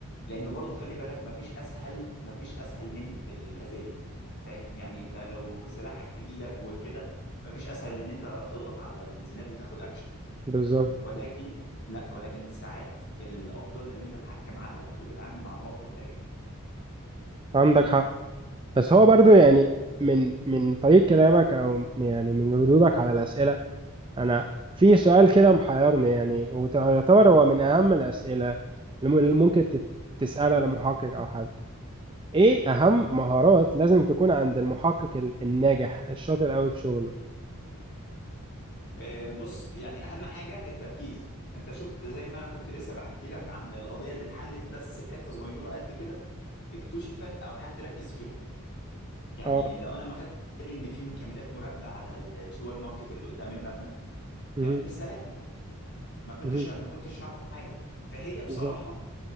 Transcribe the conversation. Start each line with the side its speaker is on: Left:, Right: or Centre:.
Left: لانه برضو خلي بالك مفيش اسهل مفيش اسهل من الاذيه فاهم يعني انت لو سلاحك في ايدك وكده مفيش اسهل من ان انت تضغط على الزناد وتاخد اكشن
Right: بالظبط
Left: ولكن لا ولكن ساعات الافضل ان انت تحكم عقلك وتتعامل مع الموقف بحكمه
Right: عندك حق بس هو برضو يعني من من طريق كلامك او يعني من ردودك على الأسئلة انا في سؤال كده محيرني يعني ويعتبر هو من اهم الأسئلة اللي ممكن تت- تسألها لمحقق او حد ايه اهم مهارات لازم تكون عند المحقق ال- الناجح الشاطر قوي في شغله
Left: آه، بص يعني اهم حاجه التركيز انت شفت زي ما انا كنت لسه بحكي لك عن القضيه اللي اتحلت بس بحته صغيره قد كده اكتشفت او حد ركز فيها يعني
Right: اه
Left: لو انا ما خدت بالي ان في كاميرات مراقبه على السوبر ماركت اللي قدام المبنى
Right: مهم.
Left: كانت بالسلامه ما كنتش
Right: مهم.
Left: ما كنتش هعرف حاجه فهي بصراحه
Right: بالظبط